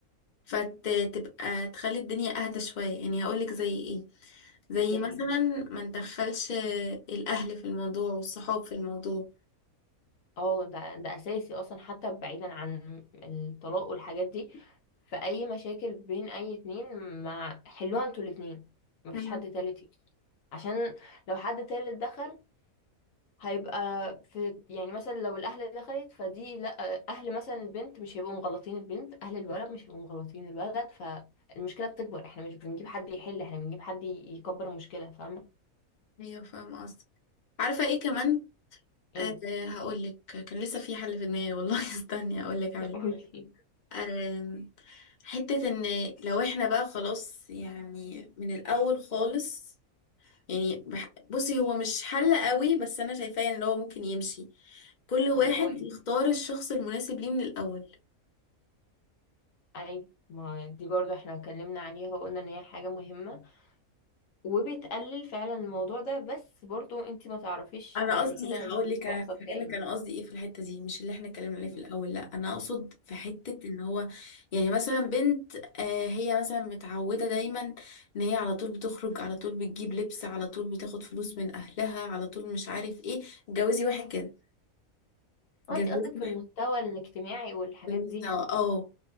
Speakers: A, on the left (about 35°); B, on the left (about 70°).
A: فتبقى تخلي الدنيا اهدى شوية يعني هقولك زي ايه زي
B: زي ايه
A: مثلا
B: مثلا
A: ما ندخلش الاهل في الموضوع والصحاب في الموضوع
B: اه ده ده اساسي اصلا حتى بعيدا عن الطلاق والحاجات دي في اي مشاكل بين اي اتنين ما حلوها انتوا الاتنين مفيش
A: مم.
B: حد تالت يجي عشان لو حد تالت دخل هيبقى في يعني مثلا لو الاهل دخلت فدي لا اهل مثلا البنت مش هيبقوا مغلطين البنت اهل الولد مش هيبقوا مغلطين الولد فالمشكلة بتكبر احنا مش بنجيب حد يحل احنا بنجيب حد ي- يكبر المشكلة فاهمة
A: ايوه فاهمة قصدي عارفة ايه كمان
B: ايه
A: أه هقولك كان لسه في حل في دماغي والله <laughs> استني هقولك
B: <laughs>
A: عليه
B: قولي
A: آم، حتة ان لو احنا بقى خلاص يعني من الاول خالص يعني بح- بصي هو مش حل قوي بس انا شايفاه ان هو ممكن يمشي كل واحد
B: اللي هو إيه؟
A: يختار الشخص المناسب ليه من الاول
B: ايوه ما دي برضو احنا اتكلمنا عليها وقلنا ان هي حاجة مهمة وبتقلل فعلا الموضوع ده بس برضو انت ما تعرفيش
A: انا
B: بعد
A: قصدي
B: كده
A: هقول
B: الظروف
A: لك انا
B: هيحصل فيها
A: فاهمك
B: ايه
A: انا قصدي ايه في الحته دي مش اللي احنا اتكلمنا عليه في
B: م.
A: الاول لا انا اقصد في حته ان هو يعني مثلا بنت آه هي مثلا متعوده دايما ان هي على طول بتخرج على طول بتجيب لبس على طول بتاخد فلوس من اهلها على طول مش عارف ايه اتجوزي واحد كده اتجوزي
B: اه انت قصدك في
A: واحد
B: المستوى الاجتماعي والحاجات
A: بالمستوى
B: دي
A: اه